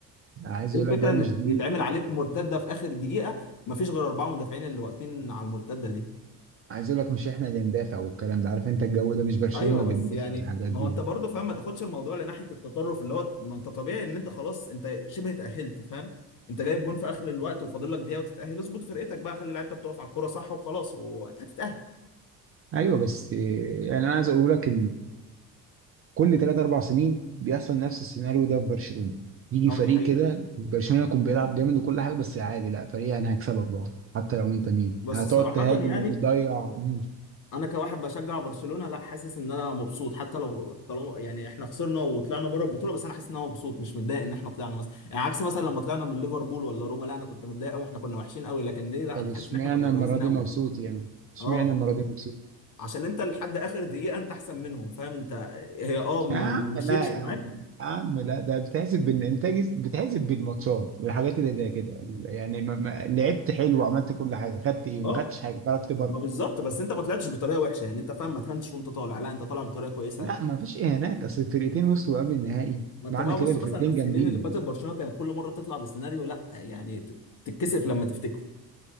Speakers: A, on the right; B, on the left.
A: عايز
B: إيه
A: اقول
B: الفكرة
A: لك بقى
B: ان
A: مش دي
B: يتعمل عليك مرتدة في اخر دقيقة مفيش غير اربعة مدافعين اللي واقفين على المرتدة دي
A: عايز اقول لك مش احنا اللي ندافع والكلام ده عارف انت الجو ده مش برشلونه
B: ايوه
A: اللي
B: بس
A: بتدافع
B: يعني
A: والحاجات
B: ما
A: دي
B: هو انت برضه فاهم ما تاخدش الموضوع لناحيه التطرف اللي هو ما انت طبيعي ان انت خلاص انت شبه اتاهلت فاهم انت جايب جون في اخر الوقت وفاضل لك دقيقه وتتاهل اظبط فرقتك بقى خلي لعيبتك تقف على الكوره صح وخلاص وهتتاهل
A: ايوه بس آه، يعني انا عايز اقول لك كل ثلاث اربع سنين بيحصل نفس السيناريو ده في برشلونه يجي
B: هو
A: فريق
B: دي حقيقه
A: كده برشلونه يكون بيلعب جامد وكل حاجه بس عادي لا فريق انا هكسبك بقى حتى لو انت مين
B: بس
A: هتقعد
B: صراحه
A: تهاجم
B: يعني
A: وتضيع مم.
B: انا كواحد بشجع برشلونه لا حاسس ان انا مبسوط حتى لو طالما يعني احنا خسرنا وطلعنا بره البطوله بس انا حاسس ان انا مبسوط مش متضايق ان احنا طلعنا مثلا يعني عكس مثلا لما طلعنا من ليفربول ولا روما لا انا كنت متضايق قوي احنا كنا وحشين قوي لكن دي لا
A: طب
B: انا
A: اشمعنى
B: حاسس ان احنا كنا كويسين
A: المره دي
B: قوي
A: مبسوط يعني اشمعنى
B: اه
A: المره دي مبسوط
B: عشان انت لحد اخر دقيقه انت احسن منهم فاهم انت هي اه ما
A: يا عم
B: ما مشيتش
A: لا يا
B: معاك
A: عم يا عم لا ده بتحسب بالانتاج بتحسب بالماتشات بالحاجات اللي زي كده يعني ما ما لعبت حلو وعملت كل حاجه خدت ايه
B: اه
A: ما خدتش حاجه خرجت بره
B: ما بالظبط بس انت ما طلعتش بطريقه وحشه يعني انت فاهم ما تهنتش وانت طالع لا انت طالع بطريقه كويسه
A: لا
B: قوي
A: ما فيش اهانات اصل الفرقتين وصلوا قبل النهائي
B: ما انت
A: معنى
B: بقى
A: كده
B: بص
A: الفرقتين
B: مثلا على السنين
A: جامدين
B: اللي فاتت برشلونه كانت كل مره تطلع بسيناريو لا يعني ت- تتكسف لما تفتكره